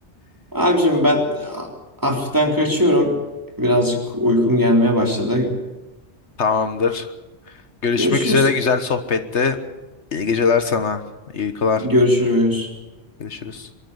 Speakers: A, on the right (about 15°); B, on the left (about 70°).
A: Abicim ben a- hafiften kaçıyorum. Birazcık uykum gelmeye başladı.
B: Tamamdır. Görüşmek
A: Görüşürüz.
B: üzere. Güzel sohbetti. İyi geceler sana. İyi uykular.
A: Görüşürüz.
B: Görüşürüz.